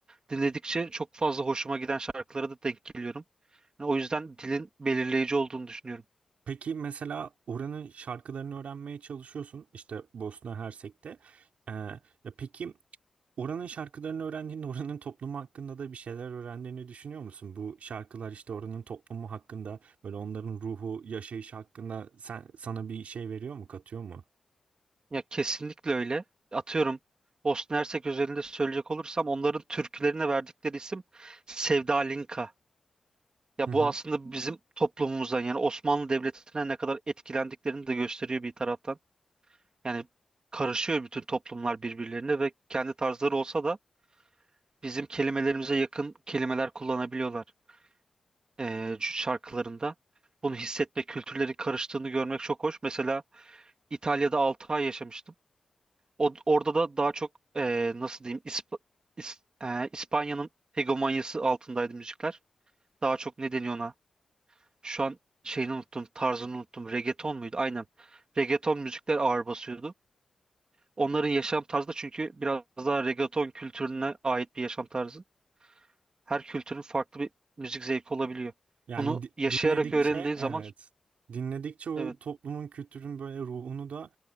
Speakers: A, on the right (about 40°); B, on the right (about 80°).
A: Dinledikçe çok fazla hoşuma giden şarkılara da denk geliyorum. Yani o yüzden dilin belirleyici olduğunu düşünüyorum.
B: Peki mesela oranın şarkılarını öğrenmeye çalışıyorsun işte Bosna Hersek'te. Ee, ya peki oranın şarkılarını öğrendiğinde oranın toplumu hakkında da bir şeyler öğrendiğini düşünüyor musun? Bu şarkılar işte oranın toplumu hakkında böyle onların ruhu, yaşayışı hakkında sen, sana bir şey veriyor mu, katıyor mu?
A: Ya kesinlikle öyle. Atıyorum Bosna Hersek özelinde söyleyecek olursam onların türkülerine verdikleri isim Sevda Linka. Ya
B: Hı hı.
A: bu aslında bizim toplumumuzdan yani Osmanlı Devleti'ne ne kadar etkilendiklerini de gösteriyor bir taraftan. Yani karışıyor bütün toplumlar birbirlerine ve kendi tarzları olsa da bizim kelimelerimize yakın kelimeler kullanabiliyorlar eee, şarkılarında. Bunu hissetme, kültürlerin karıştığını görmek çok hoş. Mesela İtalya'da 6 ay yaşamıştım. O, orada da daha çok eee, nasıl diyeyim İsp- İs- eee, İspanya'nın hegemonyası altındaydı müzikler. Daha çok ne deniyor ona? Şu an şeyini unuttum, tarzını unuttum. Reggaeton muydu? Aynen. Reggaeton müzikler ağır basıyordu. Onların yaşam tarzı da çünkü biraz daha reggaeton kültürüne ait bir yaşam tarzı. Her kültürün farklı bir müzik zevki olabiliyor.
B: Yani
A: Bunu
B: di-
A: yaşayarak
B: dinledikçe
A: öğrendiğin
B: evet.
A: zaman
B: Dinledikçe o
A: evet
B: toplumun kültürün böyle ruhunu da